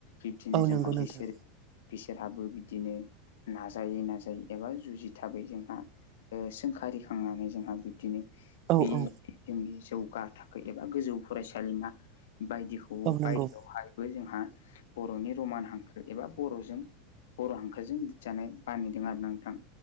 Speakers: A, on the left; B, on the right.
A: बिब्दिनो
B: औ
A: जोंहा
B: नंगौ नोंथां
A: बिसोरो। बिसोरहाबो बिदिनो नाजायै नाजायै एबा जुजिथाबै जोंहा। ओ सोंखारिखांनानै जोंहा बिब्दिनो।
B: औ
A: बे
B: औ
A: जोंनि जौगा थाखो एबा गोजौ फरायसालिमा बायदिखौ
B: औ
A: अ
B: नंगौ
A: बायदियावहायबो जोंहा बर'नि रमान हांखो एबा बर'जों बर' हांखोजों लिरजानाय बानायदों आरो ना नोंथां।